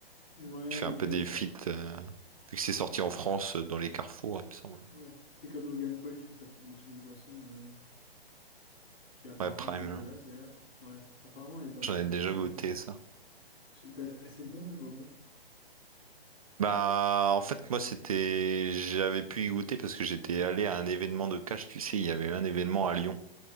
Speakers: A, on the left (about 70°); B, on the right (about 35°).
A: Ouais,
B: Il fait
A: ok,
B: un peu des
A: d'accord.
B: feats, euh, vu que c'est sorti en France euh, dans les carrefours, il me semble.
A: Ouais. C'est comme Logan Paul qui fait sa promotion de boisson. euh, qui apparemment
B: Ouais, Prime,
A: est dégueulasse
B: là.
A: d'ailleurs. Ouais, apparemment elle est pas
B: J'en
A: bonne,
B: ai déjà
A: hein, je te convainc.
B: goûté ça.
A: C'est bon ou c'est pas bon?
B: Bah, en fait, moi, c'était, j'avais pu y goûter parce que j'étais allé à un événement de cash, tu sais, il y avait un événement à Lyon,